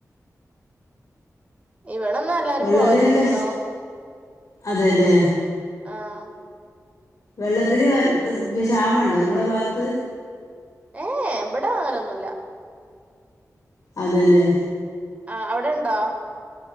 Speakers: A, on the right; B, on the left.
A: ഇവിടന്നാ എല്ലാരും
B: വെള്ളത്തിനൊക്കെ
A: പോവലുണ്ട്ട്ടോ.
B: അതെല്ലേ.
A: ആ.
B: വെള്ളത്തിന് വ ക്ഷാമം ഉണ്ടോ ഇങ്ങളെ ഭാഗത്ത്?
A: ഏ യേ ഇവടെ അങ്ങനൊന്നുല്ല.
B: അതെല്ലേ.
A: ആ അവിടെ ഉണ്ടോ?